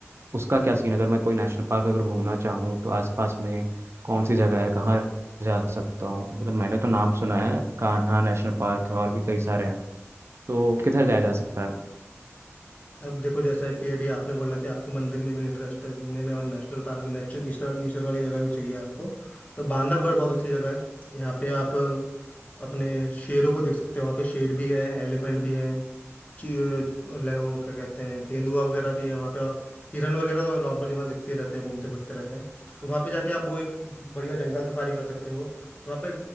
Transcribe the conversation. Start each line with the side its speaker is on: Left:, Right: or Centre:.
Right: उसका क्या सीन है? अगर मैं कोई नेशनल पार्क अगर घूमना चाहूँ तो आसपास में कौन सी जगह है कहाँ जा सकता हूँ मतलब मैंने तो नाम सुना है कान्हा नेशनल पार्क है और भी कई सारे हैं तो किधर जाया जा सकता है
Left: अब देखो जैसा कि अभी आपने बोला कि आपको मंदिर में भी इंटरेस्ट है घूमने में और नेशनल पार्क भी नेचर नेचर नेचर वाली जगह भी चाहिए आपको तो बांधवगढ़ बहुत अच्छी जगह है यहाँ पे आप अपने शेरों को देख सकते हो वहाँ पे शेर भी है एलिफेंट भी है ची- ले- वो क्या कहते हैं तेंदुआ वगैरह भी है वहाँ पे और हिरन वगैरह तो नॉर्मली वहाँ दिखते ही रहते हैं घूमते फिरते रहते हैं तो वहाँ पे जाके आप वो एक बढ़िया जंगल सफारी कर सकते हो और वहाँ पे